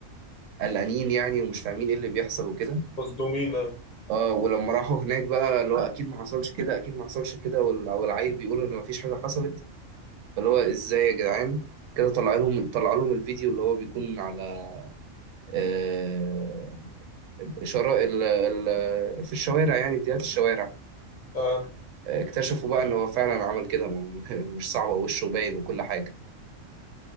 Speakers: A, on the right; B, on the left.
A: قلقانين يعني ومش فاهمين إيه اللي بيحصل وكده
B: مصدومينا اه
A: اه ولما راحوا هناك بقى اللي هو اكيد ما حصلش كده اكيد ما حصلش كده وال- والعيل بيقول ان ما فيش حاجه حصلت فاللي هو ازاي يا جدعان كده طلع لهم طلع لهم الفيديو اللي هو بيكون على آه الاشاره ال ال في الشوارع يعني فيديوهات الشوارع
B: آه.
A: آه، اكتشفوا بقى ان هو فعلا عمل كده ما <laughs> هو- مش صعبه وشه باين وكل حاجه